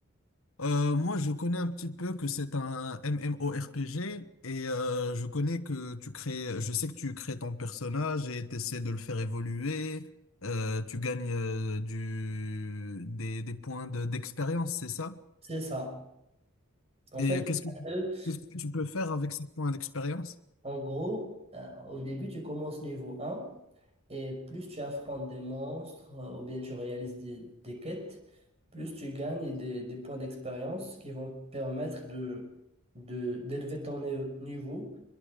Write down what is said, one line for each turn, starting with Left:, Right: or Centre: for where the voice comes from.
Left: Euh, moi, je connais un petit peu que c'est un MMORPG et euh, je connais que tu crées, je sais que tu crées ton personnage et t'essaies de le faire évoluer. Euh, tu gagnes euh, du, des, des points de- d'expérience, c'est ça?
Right: C'est ça. En
Left: Et
Right: fait,
Left: qu'est-ce que,
Right: t'as deux,
Left: qu'est-ce que tu peux faire avec ces points d'expérience?
Right: En gros, euh, au début, tu commences niveau 1 et plus tu affrontes des monstres euh, ou bien tu réalises des, des quêtes, plus tu gagnes des, des points d'expérience qui vont te permettre de, de, d'élever ton ni- niveau